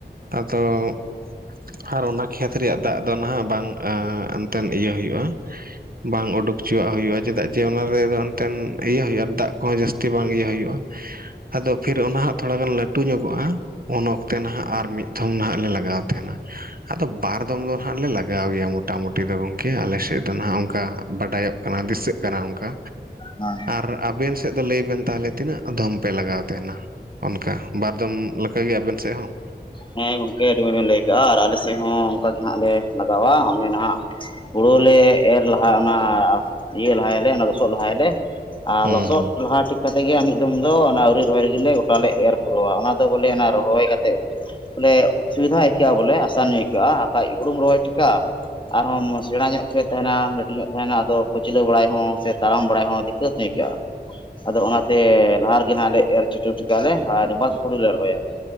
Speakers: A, on the right (about 55°); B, on the left (about 30°).
A: ᱛᱚ ᱟᱨ ᱚᱱᱟ ᱠᱷᱮᱛ ᱨᱮᱭᱟᱜ ᱫᱟᱜ ᱫᱚ ᱱᱟᱦᱟᱸᱜ ᱵᱟᱝ ᱮᱱᱛᱮᱫ ᱤᱭᱟᱹ ᱦᱩᱭᱩᱜᱼᱟ, ᱵᱟᱝ ᱩᱰᱩᱠ ᱦᱚᱪᱚᱣᱟᱜ ᱦᱩᱭᱩᱜᱼᱟ ᱪᱮᱫᱟᱜ ᱡᱮ ᱚᱱᱟ ᱨᱮᱫᱚ ᱮᱱᱛᱮᱫ ᱤᱭᱟᱹ ᱦᱩᱭᱩᱜᱼᱟ, ᱟᱨ ᱫᱟᱜ ᱠᱚᱦᱚᱸ ᱡᱟᱹᱥᱛᱤ ᱵᱟᱝ ᱤᱭᱟᱹ ᱦᱩᱭᱩᱜᱼᱟ᱾ ᱟᱫᱚ ᱯᱷᱤᱨ ᱚᱱᱟᱦᱟᱸᱜ ᱛᱷᱚᱲᱟ ᱜᱟᱱ ᱞᱟᱹᱴᱩ ᱧᱚᱜᱚᱜᱼᱟ ᱩᱱ ᱚᱠᱛᱮ ᱱᱟᱦᱟᱸᱜ ᱟᱨ ᱢᱤᱫ ᱛᱷᱚᱢ ᱱᱟᱦᱟᱸᱜ ᱞᱮ ᱞᱟᱜᱟᱣ ᱛᱟᱦᱮᱸᱱᱟ ᱟᱫᱚ ᱵᱟᱨ ᱫᱚᱢ ᱫᱚ ᱱᱟᱦᱟᱸᱜ ᱞᱮ ᱞᱟᱜᱟᱣ ᱜᱮᱭᱟ ᱢᱚᱴᱟᱢᱩᱴᱤ ᱫᱚᱚᱝ ᱠᱮ ᱟᱞᱮ ᱥᱮᱫ ᱫᱚ ᱱᱟᱦᱟᱸᱜ ᱚᱱᱠᱟ ᱵᱟᱰᱟᱭᱚᱜ ᱠᱟᱱᱟ ᱫᱤᱥᱟᱹᱜ ᱠᱟᱱᱟ ᱚᱱᱠᱟ,
B: ᱦᱮᱸ᱾
A: ᱟᱨ ᱟᱵᱮᱱ ᱥᱮᱫ ᱫᱚ ᱞᱟᱹᱭ ᱵᱮᱱ ᱛᱟᱦᱚᱞᱮ ᱛᱤᱱᱟᱹᱜ ᱫᱷᱚᱢ ᱯᱮ ᱞᱟᱜᱟᱣ ᱛᱟᱦᱮᱱᱟ᱾ ᱚᱱᱠᱟ ᱵᱟᱨᱫᱚᱢ ᱞᱮᱠᱟᱟᱜᱮ ᱟᱵᱮᱱ ᱥᱮᱫ ᱦᱚᱸ?
B: ᱦᱮᱸ ᱜᱚᱢᱠᱮ ᱟᱰᱤ ᱢᱚᱢ ᱞᱟ. ᱭ ᱠᱟᱜᱼᱟ ᱟᱞᱮᱥᱮᱱ ᱦᱚᱸ ᱱᱟᱟᱜ ᱞᱮ ᱞᱟᱜᱟᱣᱟ ᱚᱸᱰᱮ ᱱᱟᱦᱟᱜᱼᱼ ᱦᱩᱲᱳ ᱞᱮ ᱮᱨ ᱞᱟᱦᱟ ᱚᱱᱟ ᱤᱭᱟᱹ ᱞᱟᱦᱟᱭᱟᱞᱮ ᱚᱱᱟ ᱞᱚᱥᱚᱫ ᱞᱟᱦᱟᱭᱟᱞᱮ᱾ ᱟᱨ
A: ᱦᱩᱸ
B: ᱞᱚᱥᱚᱫ
A: ᱦᱩᱸ
B: ᱞᱟᱦᱟ ᱴᱷᱤᱠᱼᱼ ᱛᱮᱮᱫ ᱜᱮ ᱢᱤᱫ ᱫᱚᱢ ᱫᱚ ᱚᱱᱟ ᱟᱹᱨᱤ ᱨᱚᱦᱚᱭ ᱞᱮᱜᱮᱞᱮ ᱜᱚᱴᱟᱞᱮ ᱮᱨ ᱯᱩᱨᱟᱹᱣᱟ ᱚᱱᱟ ᱫᱚ ᱵᱚᱞᱮ ᱨᱚᱦᱚᱭ ᱠᱟᱛᱮᱮᱫᱼᱼ ᱵᱚᱞᱮ ᱥᱩᱵᱤᱫᱷᱟ ᱟᱹᱭᱠᱟᱹᱜᱼᱟ ᱵᱚᱞᱮ ᱟᱥᱟᱱᱧᱜ ᱟᱹᱭᱠᱟᱹᱜᱼᱟ ᱟᱨᱠᱷᱟᱡ ᱦᱩᱲᱩᱢ ᱨᱚᱦᱚᱭ ᱴᱷᱤᱠᱟᱼᱟ᱾ ᱟᱨᱦᱚᱸ ᱢ ᱥᱮᱬᱟ ᱧᱚᱜ ᱜᱮ ᱛᱟᱦᱮᱱᱟ ᱞᱟᱹᱴᱩ ᱧᱚᱜ ᱛᱟᱦᱮᱱᱟ ᱟᱫᱚ ᱯᱟᱹᱪᱞᱟᱹ ᱵᱟᱲᱟᱭ ᱦᱚᱸ ᱥᱮ ᱛᱟᱲᱟᱢ ᱵᱟᱲᱟᱭ ᱦᱚᱸ ᱫᱤᱠᱟᱹᱛᱼᱼ ᱱᱭᱠᱟᱹᱜᱼᱟ ᱟᱫᱚ ᱚᱱᱟᱛᱮ ᱞᱟᱦᱟ ᱨᱮᱜᱮ ᱱᱟᱟᱜ ᱞᱮ ᱮᱨ ᱠᱟᱜᱼᱟᱞᱮ ᱟᱨ ᱵᱟᱫᱽ ᱦᱩᱲᱩᱞ ᱞᱮ ᱨᱚᱦᱚᱭᱟ᱾